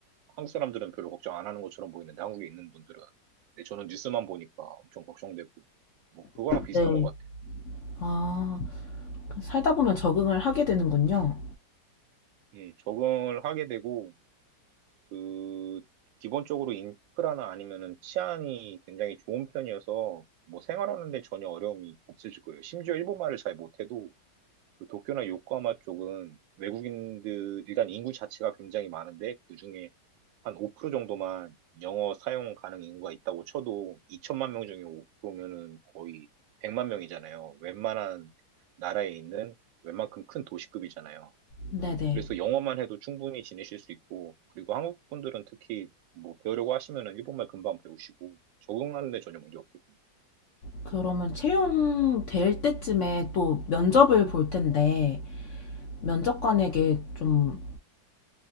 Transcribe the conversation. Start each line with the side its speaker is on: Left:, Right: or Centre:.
Right: 한국 사람들은 별로 걱정 안 하는 것처럼 보이는데 한국에 있는 분들은. 근데 저는 뉴스만 보니까 엄청 걱정되고 뭐 그거랑 비슷한
Left: 네.
Right: 것 같아요.
Left: 아, 그 살다 보면 적응을 하게 되는군요.
Right: 예, 적응을 하게 되고 그 기본적으로 인프라나 아니면은 치안이 굉장히 좋은 편이어서 뭐 생활하는 데 전혀 어려움이 없으실 거예요. 심지어 일본말을 잘 못해도 그 도쿄나 요코하마 쪽은 외국인들 일단 인구 자체가 굉장히 많은데 그중에 한 5% 정도만 영어 사용 가능 인구가 있다고 쳐도 2천만 명 중에 5%면은 거의 100만 명이잖아요. 웬만한 나라에 있는 웬만큼 큰 도시급이잖아요.
Left: 네네.
Right: 그래서 영어만 해도 충분히 지내실 수 있고, 그리고 한국 분들은 특히 뭐 배우려고 하시면은 일본말 금방 배우시고, 적응하는데 전혀 문제 없을 겁니다.
Left: 그러면 채용될 때쯤에 또 면접을 볼 텐데, 면접관에게 좀,